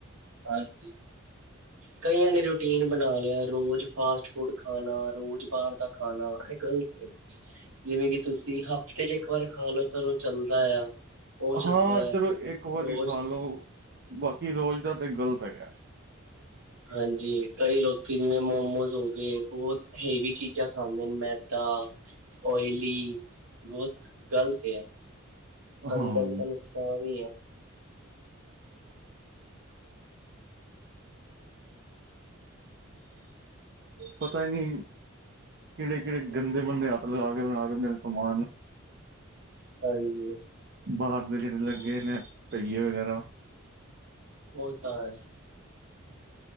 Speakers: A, on the right; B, on the right.
A: ਹਾਂਜੀ ਕਈਆਂ ਨੇ ਰੂਟੀਨ ਬਣਾ ਲਿਆ। ਰੋਜ਼ ਫਾਸਟ ਫੂਡ ਖਾਣਾ ਰੋਜ਼ ਬਾਹਰ ਦਾ ਖਾਣਾ, ਇਹ ਗਲਤ ਏ। ਜਿਵੇਂ ਕਿ ਤੁਸੀਂ ਹਫ਼ਤੇ ਚ ਇੱਕ ਵਾਰ ਖਾ ਲਓ। ਚਲੋ ਚੱਲਦਾ ਆ। ਉਹ ਚੱਲਦਾ
B: ਹਾਂ
A: ਆ
B: ਚਲੋ ਇੱਕ ਵਾਰੀ
A: ਰੋਜ਼
B: ਖਾ ਲਓ। ਬਾਕੀ ਰੋਜ਼ ਦਾ ਤੇ ਗ਼ਲਤ ਹੈਗਾ।
A: ਹਾਂਜੀ। ਕਈ ਲੋਕੀ ਜਿਵੇਂ-ਮੋਮੋਸ ਹੋ ਗਏ ਬਹੁਤ ਹੈੇਵੀ ਚੀਜ਼ਾਂ ਖਾਂਦੇ ਨੇ ਮੈਦਾ ਓਇਲੀ ਬਹੁਤ ਗ਼ਲਤ ਏ।
B: ਹਾਂ
A: ਅੰਦਰ ਤਾਂ ਨੁਕਸਾਨ ਈ ਐ।
B: ਪਤਾ ਹੀ ਨੀ ਕਿਹੜੇ-ਕਿਹੜੇ ਗੰਦੇ-ਮੰਦੇ, ਹੱਥ ਲਗਾ ਕੇ ਬਣਾ ਦਿੰਦੇ ਨੇ ਸਮਾਨ।
A: ਹਾਂਜੀ
B: ਬਾਹਰ ਦੇ ਜਿਹੜੇ ਲੱਗੇ ਨੇ ਪਹੀਏ ਵਗੈਰਾ।
A: ਹੋ ਤਾਂ ਹੈ।